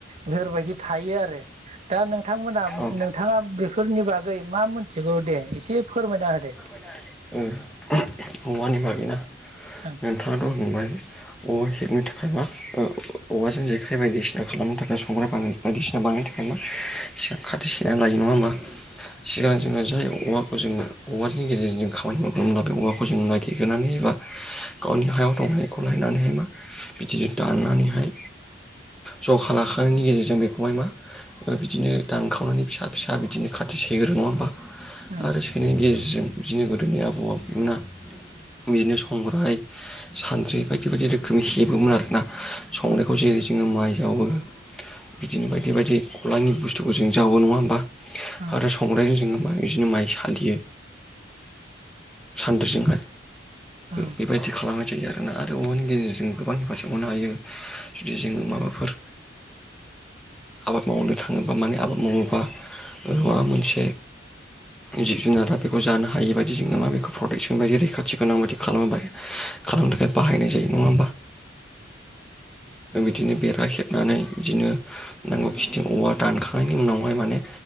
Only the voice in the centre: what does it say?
ओ
<inaudible> नोंथाङाथ'
होनबाय औवा हेबनो थाखाय मा औवाजों जेखाइ बायदिसिना खालामनो थाखाय संग्राय बानाय बायदिसिना बानायनो थाखाय मा एसे खाथि सैनानै लायो नङा होमबा सिगां जोङो जे औवाखौ जों औवानि गेजेरजों जों खामानि मावगोनब्ला बे औवाखौ जों नागिरग्रोनानै एबा गावनि हायाव दं एखौ लायनानैहाय मा बिदिनो दाननानैहाय जखा लाखांनायनि गेजेरजों बेखौहाय मा बिदिनो दानखावनानै फिसा फिसा बिदिनो खाथि सैगोरो नङा होमबा
आरो सैनायनि गेजेरजों बिदिनो गोदोनि आबौ आबैमोना बिदिनो संग्राय सानद्रि बायदि बायदि रोखोमनि हेबोमोन आरोना संग्रायखौ
जेरै जोङो माइ जावो बिदिनो बायदि बायदि गलानि बुस्थुखौ जों जावो नङा होमबा
आरो संग्रायजों जोङो मा बिदिनो माइ सालियो सान्द्रिजोंहाय
बेबायदि खालामनाय जायो आरोना आरो अमानि गेजेरजों गोबां हेफाजाब हनो हायो जुदि जोङो माबाफोर आबाद मावनो थाङोबा माने आबाद मावोबा माबा मोनसे जिब जुनारा बेखौ जानो हायि बायदि जोङो मा बेखौ प्रटेकसन बायदि रैखाथि गोनां बायदि खालामो बाय खालामनो थाखाय बाहायनाय जायो नङा होमबा बिदिनो बेरा हेबनानै बिदिनो नांगौ खिथि औवा दानखांनायनि उनावहाय माने